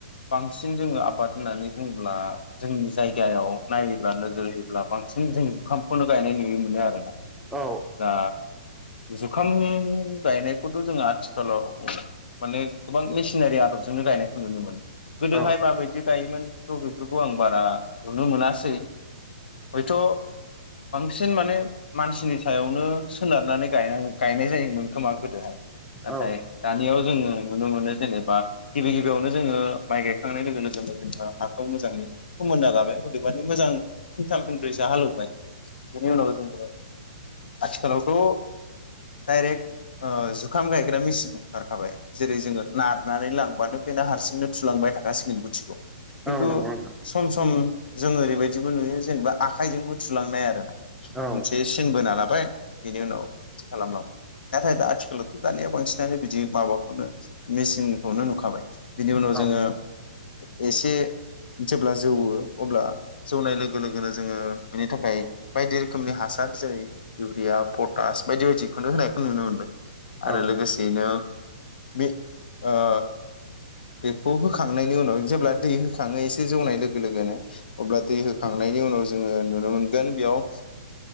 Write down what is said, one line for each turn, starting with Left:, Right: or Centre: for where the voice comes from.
Left: बांसिन जोङो आबाद होननानै बुङोब्ला जोंनि जायगायाव नायोब्ला नोजोर होयोब्ला बांसिन जों जुखामखौनो गायनाय नुयो। मोनो आरो ना
Centre: औ
Left: दा जुखाम गायनाय खौथ' जोंङो आथिखालाव माने गोबां मेसिनारि आदबजोंनो गायनायखौ नुनो मोनो। गोदोहाय
Centre: औ
Left: माबायदि गायोमोन आंथ' बेफोरखौ आं बारा नुनो मोनासै हयथ' बांसिन माने मानसिनि सायावनो सोनारनानै गाया गायनाय जायोमोन खोमा गोदोहाय। नाथाय
Centre: औ
Left: दानियाव जोङो नुनो मोनो जेनेबा गिबि गिबियावनो जोङो माइ गायखांनाय लोगो लोगोनो जोङो हाखौ मोजाङै फोमोनना लाबाय अदेबानि मोजां फिनथाम फिनब्रैसो हालेवबाय बेनि उनाव जोङो आथिखालावथ' डाइरेक्ट ओ जुखाम गायग्रा मेचिन ओंखारखाबाय। जेरै जोङो नारनानै लांबानो बेनो हारसिंनो थुलांबाय थाखासिगोन गुथिखौ। खिन्थु
Centre: नंगौ नोंथां
Left: सम सम जों ओरैबायदिबो नुयो जेनेबा आखाइजोंबो थुलांनाय आरोना।
Centre: औ
Left: मोनसे सिन बोना लाबाय बिनि उनाव थि खालामलांबाय। नाथाय दा आथिखालावथ' दानिया बांसिनानो बिदि माबाखौनो मेचिनखौनो नुखाबाय। बिनि उनाव
Centre: औ
Left: जोङो एसे जेब्ला जौवो अब्ला जौनाय लोगो-लोगोनो जोङो बेनि थाखाय बायदि रोखोमनि हासार जेरै इउरिया पटास बायदि बायदि खुनु होनायखौ नुनो मोनबाय
Centre: औ
Left: आरो लोगोसे बेनो बे ओ बेखौ होखांनायनि उनाव जेब्ला दै होखाङो एसे जौनाय लोगो-लोगोनो अब्ला दै होखांनायनि उनाव जोङो नुनो मोनगोन बेयाव